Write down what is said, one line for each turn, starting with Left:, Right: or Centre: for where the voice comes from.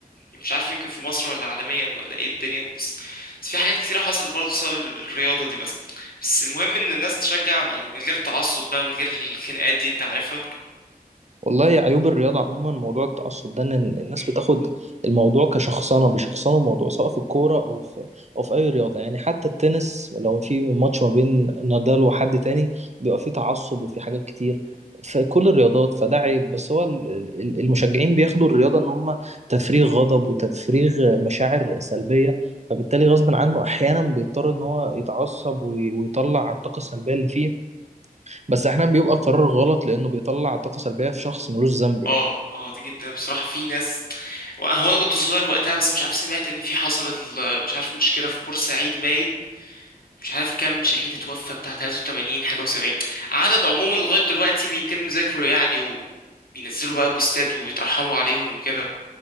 Left: مش عارف يمكن في مصر ولا عالميا ولا ايه الدنيا بس بس في حاجات كتيرة حصلت برضه بسبب الرياضة دي بس بس المهم ان الناس تشجع يعني من غير تعصب بقى من غير الخناقات دي انت عارفها
Right: والله يا عيوب الرياضة عموما موضوع التعصب ده إن الناس
Left: مم.
Right: بتاخد الموضوع كشخصنة بيشخصنوا الموضوع سواء في الكورة أو في أو في أي رياضة يعني حتى التنس لو في ماتش ما بين نادال وحد تاني بيبقى فيه تعصب وفي حاجات كتير في كل الرياضات فده عيب بس هو ال- ال- المشجعين بياخدوا الرياضة إن هم تفريغ غضب وتفريغ مشاعر سلبية فبالتالي غصب عنه أحيانا بيضطر إن هو يتعصب وي- ويطلع الطاقة السلبية اللي فيه بس احيانا بيبقى قرار غلط لانه بيطلع طاقه سلبيه في شخص ملوش ذنب يعني
Left: اه اه دي جدا بصراحة في ناس هو انا كنت صغير وقتها بس مش عارف سمعت ان في حصلت ال- مش عارف مشكلة في بورسعيد باين مش عارف كام شهيد اتوفى بتاع 83 حاجة و70 عدد عموما لغاية دلوقتي بيتم ذكره يعني وبينزلوا بقى بوستات وبيترحموا عليهم وكده